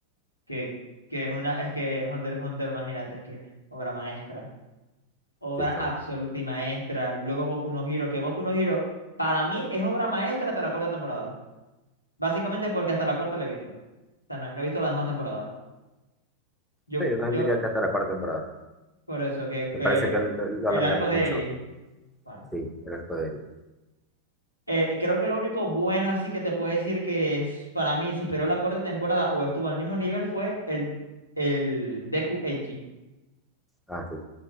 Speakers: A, on the left; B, in the centre.
A: que, que es una, es que Hunter x Hunter, imagínate, es que es obra maestra, obra
B: Sí,
A: absoluta
B: chamo.
A: y maestra. Luego Boku no Hero, que Boku no Hero para mí es obra maestra hasta la cuarta temporada. Básicamente porque hasta la cuarta la he visto. O sea, no, no he visto las demás temporadas. Yo,
B: Sí, yo
A: yo,
B: también diría que hasta la cuarta temporada.
A: por eso, que,
B: Me
A: que
B: parece que lo, lo
A: el
B: alargaron
A: arco de
B: mucho.
A: Eri, bueno.
B: Sí, el arco de Eri.
A: Eh, creo que lo único bueno así que te puedo decir que es, para mí superó la cuarta temporada o estuvo al mismo nivel fue el, el Deku Eiji.
B: Ah, sí.